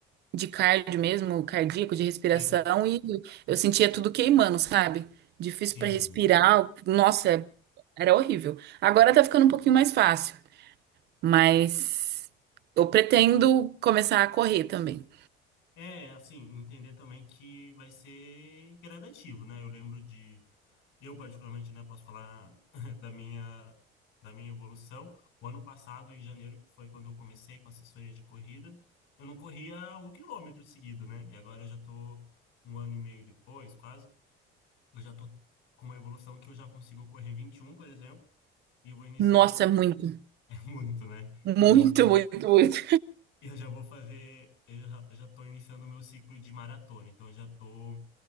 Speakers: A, on the right; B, on the left.
A: de cardio mesmo, cardíaco, de respiração,
B: sim,
A: e eu sentia tudo queimando, sabe? Difícil
B: sim.
A: para respirar, nossa, era horrível. Agora
B: E
A: tá ficando um pouquinho mais fácil, mas eu pretendo começar a correr também.
B: É, assim, entender também que vai ser gradativo, né? Eu lembro de Eu, particularmente, né, posso falar <laughs> da minha, da minha evolução. O ano passado, em janeiro, que foi quando eu comecei com assessoria de corrida, eu não corria um quilômetro seguido, né? E agora eu já tô um ano e meio depois, quase, eu já tô com uma evolução que eu já consigo correr vinte e um por exemplo, e eu vou iniciar...
A: Nossa,
B: <laughs>
A: é muito,
B: É muito, né?
A: muito,
B: E eu já vou,
A: muito, muito.
B: e eu já vou fazer... Eu já, eu já tô iniciando o meu ciclo de maratona, então eu já tô...